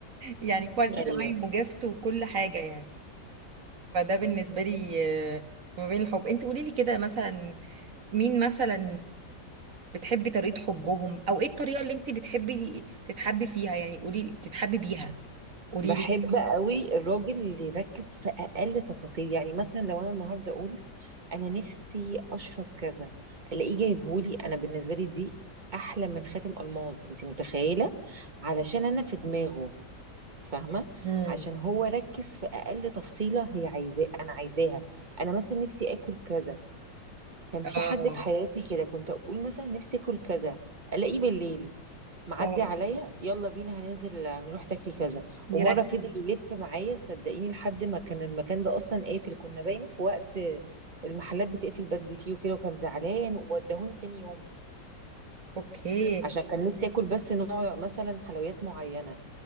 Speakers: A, on the right (about 50°); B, on the right (about 30°).
A: يعني كواليتي
B: ايوه
A: تمام وجفت وكل حاجة يعني فده بالنسبة لي آه، ما بين الحب انت قولي لي كده مثلا مين مثلا بتحبي طريقة حبهم او ايه الطريقة اللي انت بتحبي تتحبي فيها يعني قولي لي بتتحبي بيها قولي
B: بحب
A: لي
B: قوي الراجل اللي يركز في اقل تفاصيل يعني مثلا لو انا النهارده قلت انا نفسي اشرب كذا الاقيه جايبهولي انا بالنسبه لي دي احلى من خاتم الماظ انت متخيله علشان انا في دماغه فاهمه
A: امم
B: عشان هو ركز في اقل تفصيله هي عايزاه انا عايزاها انا مثلا نفسي اكل كذا كان في
A: اه
B: حد في حياتي كده كنت اقول مثلا نفسي اكل كذا الاقيه بالليل معدي
A: اه
B: عليا يلا بينا هننزل نروح تاكلي كذا
A: يركز
B: ومره فضل يلف معايا صدقيني لحد ما كان المكان ده اصلا قافل كنا باين في وقت المحلات بتقفل بدري فيه وكده وكان زعلان وودهوني تاني يوم
A: اوكي
B: عشان كان نفسي اكل بس نوع مثلا حلويات معينه